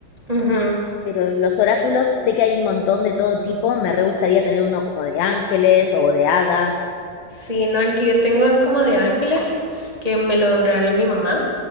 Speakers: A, on the right (about 55°); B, on the left (about 80°).
A: Ujú.
B: Pero los oráculos, sé que hay un montón de todo tipo, me re gustaría tener uno como de ángeles o de hadas.
A: Sí, no, el que yo tengo es como de ángeles, que me lo regaló mi mamá.